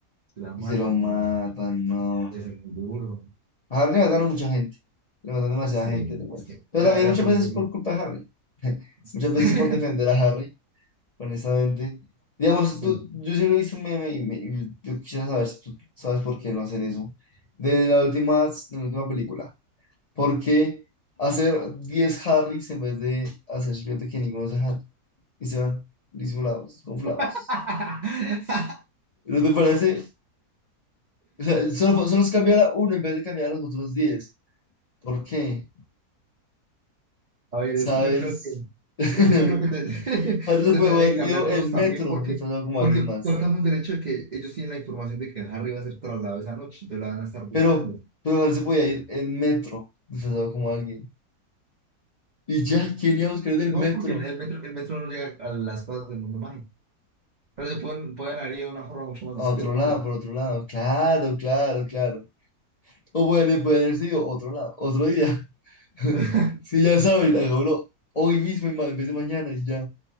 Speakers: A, on the right (about 50°); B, on the left (about 80°).
A: se la matan,
B: y se lo matan,
A: no,
B: no.
A: es muy duro,
B: A Harry le mataron mucha gente, le mataron demasiada
A: sí,
B: gente, de acuerdo.
A: es que
B: Pero
A: era,
B: también
A: era
B: muchas
A: peligroso,
B: veces por culpa de Harry, <laughs>
A: <laughs>
B: muchas veces por defender a Harry, honestamente. Digamos,
A: sí.
B: tú, yo siempre he visto un meme y, me- y yo quisiera saber si tú sabes por qué no hacen eso. De la última, de la última película, ¿por qué hacer 10 Harrys en vez de hacer simplemente que ninguno sea Harry? Y se van disimulados, conflados.
A: <laughs>
B: ¿No te parece? O sea, solo, solo se cambiara uno en vez de cambiar a los otros 10. ¿Por qué?
A: A ver,
B: ¿sabes?
A: es que yo creo que,
B: <laughs>
A: es que yo creo que te- <laughs>
B: Harry se
A: se
B: puede
A: tendría
B: haber
A: que cambiar
B: ido
A: todos
B: en
A: también
B: metro
A: porque,
B: disfrazado como
A: porque
B: alguien más.
A: partamos del hecho de que ellos tienen la información de que Harry va a ser trasladado esa noche, entonces la van a estar buscando.
B: Pero, pero Harry se podía ir en metro disfrazado como alguien. Y ya, ¿quién iba a buscar en el
A: No,
B: metro?
A: porque el metro, el metro no llega a las cosas del mundo mágico, pero se pueden, pueden haber ido de una forma mucho más
B: A
A: discreta,
B: otro lado,
A: claro.
B: por otro lado. Claro, claro, claro. O puede, puede haber sido otro lado, otro día. <laughs>
A: <laughs>
B: Sí, ya saben, hagámoslo hoy mismo en ma- en vez de mañana y ya.